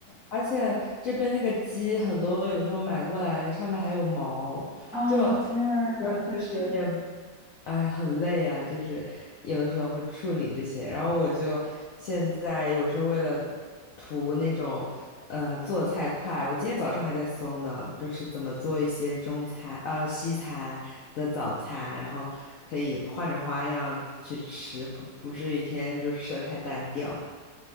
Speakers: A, on the left; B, in the centre.
A: 而且这边那个鸡很多，有时候买过来上面还有毛，
B: 啊，
A: 就我
B: 天呐，
A: 觉得就是有点
B: 确实。
A: 哎，很累啊，就是有的时候会处理这些，然后我就现在有时候为了图那种呃做菜快，我今天早上还在搜呢，就是怎么做一些中餐呃西餐的早餐，然后可以换着花样去吃，不不至于天天就吃的太单调。